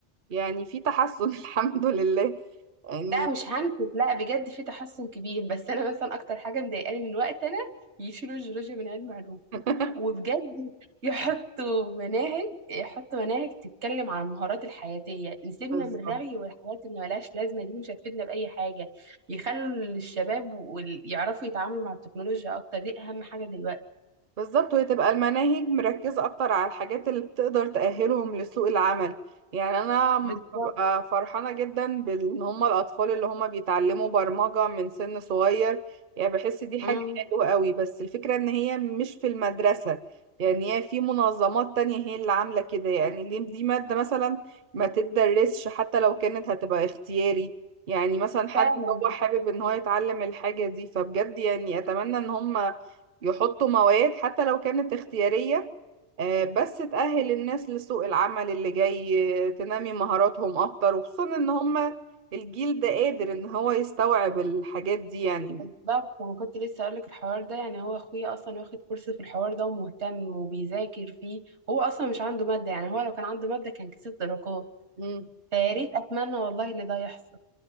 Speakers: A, on the right; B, on the right.
A: يعني في تحسن <laughs> الحمد لله يعني
B: لا مش هنكت لا بجد في تحسن كبير بس انا مثلا اكتر حاجه مضايقاني من وقت انا يشيلوا الجيولوجيا من علم علوم
A: <laughs>
B: وبجد يحطوا مناهج يحطوا مناهج تتكلم عن المهارات الحياتيه نسيبنا
A: بالظبط
B: من الرغي والحاجات اللي ملهاش لازمه دي مش هتفيدنا باي حاجه يخلوا الشباب ويعرفوا يتعاملوا مع التكنولوجيا اكتر دي اهم حاجه دلوقتي
A: بالظبط وهي تبقى المناهج مركزة أكتر على الحاجات اللي بتقدر تأهلهم لسوق العمل يعني أنا
B: بالظبط
A: ببقى فرحانة جدا بإن هما الأطفال اللي هما بيتعلموا برمجة من سن صغير يعني بحس دي حاجة
B: امم
A: حلوة قوي بس الفكرة إن هي مش في المدرسة يعني هي في منظمات تانية هي اللي عاملة كده يعني ليه دي مادة مثلا ما تتدرسش حتى لو كانت هتبقى اختياري يعني مثلا حد
B: فعلا
A: هو حابب إن هو يتعلم الحاجة دي فبجد يعني أتمنى إن هما يحطوا مواد حتى لو كانت اختيارية آه، بس تأهل الناس لسوق العمل اللي جاي آه، تنمي مهاراتهم أكتر وخصوصا إن هما الجيل ده قادر إن هو يستوعب الحاجات دي يعني
B: بالظبط انا كنت لسه اقول لك الحوار ده يعني هو اخويا اصلا واخد كورس في الحوار ده ومهتم وبيذاكر فيه هو اصلا مش عنده ماده يعني هو لو كان عنده ماده كان كسب درجات
A: مم.
B: فيا ريت اتمنى والله ان ده يحصل